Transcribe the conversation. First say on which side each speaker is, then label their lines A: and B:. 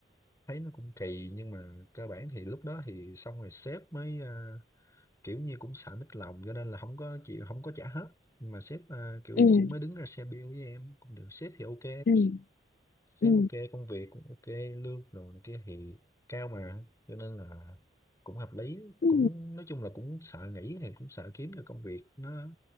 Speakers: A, on the left; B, on the left.
A: thấy nó cũng kỳ nhưng mà cơ bản thì lúc đó thì xong rồi sếp mới ờ, kiểu như cũng sợ mít lòng cho nên là không có chịu không có trả hết nhưng mà sếp ờ, kiểu
B: ừ
A: cũng mới đứng ra xe bill với em cũng được sếp thì ok
B: ừ
A: sếp
B: ừ
A: ok công việc cũng ok lương rồi này kia thì cao mà cho nên là cũng hợp lý
B: ừ
A: cũng nói chung là cũng sợ nghỉ thì cũng sợ kiếm được công việc nó